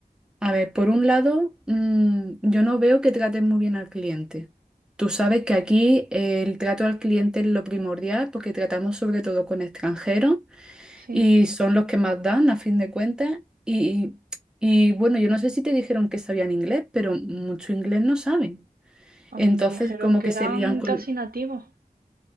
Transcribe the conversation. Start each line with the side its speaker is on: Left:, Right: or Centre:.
Centre: A ver, por un lado, mm, yo no veo que traten muy bien al cliente. Tú sabes que aquí eh, el trato al cliente es lo primordial porque tratamos sobre todo con extranjeros
Right: Sí,
Centre: y son los que más dan a fin de cuentas. Y, y bueno, yo no sé si te dijeron que sabían inglés, pero mucho inglés no saben.
Right: a
Centre: Entonces,
Right: mí me dijeron
Centre: como
Right: que
Centre: que
Right: eran
Centre: se lían con...
Right: casi nativos.